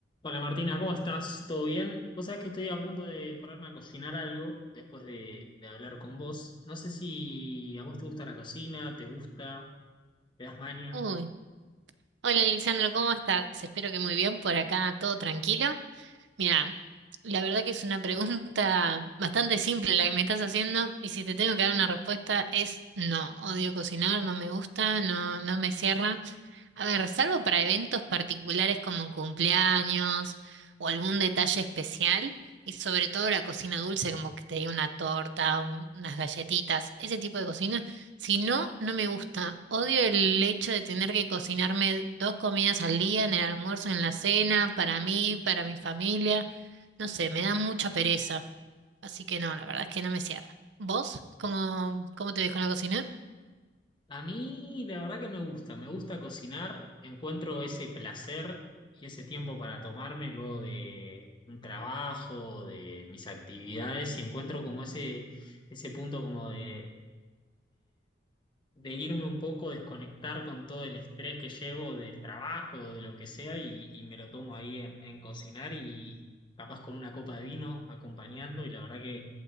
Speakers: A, on the left (about 25°); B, on the right (about 85°).
A: Hola Martina, ¿cómo estás? ¿Todo bien? Vos sabés que estoy a punto de ponerme a cocinar algo después de, de hablar con vos. No sé si a vos te gusta la cocina, te gusta, te das maña.
B: Uy, hola Lisandro, ¿cómo estás? Espero que muy bien por acá, todo tranquilo. Mira, la verdad que es una pregunta <laughs> bastante simple la que me estás haciendo y si te tengo que dar una respuesta es no, odio cocinar, no me gusta, no, no me cierra. A ver, salvo para eventos particulares como cumpleaños o algún detalle especial, y sobre todo la cocina dulce, como que te diga una torta, un- unas galletitas, ese tipo de cocina, si no, no me gusta. Odio el hecho de tener que cocinarme dos comidas al día, en el almuerzo, en la cena, para mí, para mi familia. No sé, me da mucha pereza. Así que no, la verdad es que no me cierra. ¿Vos? ¿Cómo, cómo te ves con la cocina?
A: A mí la verdad que me gusta, me gusta cocinar, encuentro ese placer y ese tiempo para tomarme luego de un trabajo, de mis actividades y encuentro como ese, ese punto como de, de irme un poco, desconectar con todo el estrés que llevo del trabajo, de lo que sea, y, y me lo tomo ahí en, en cocinar y capaz con una copa de vino acompañando, y la verdad que,